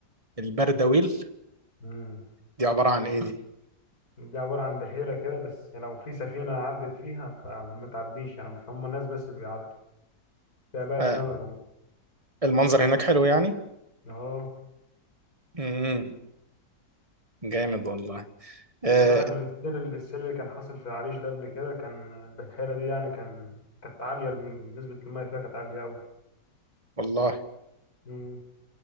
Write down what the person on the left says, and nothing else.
مم.
دي عبارة عن بحيرة كده بس لو في سفينة عدت فيها فما بتعديش يعني هم الناس بس اللي بيعدوا فيها بقى
سمك وم-
اه
انت تعرف السيل السيل اللي كان حاصل في العريش ده قبل كده كان البحيرة دي يعني كان كانت عالية الم- نسبة المية فيها كانت عالية أوي
مم.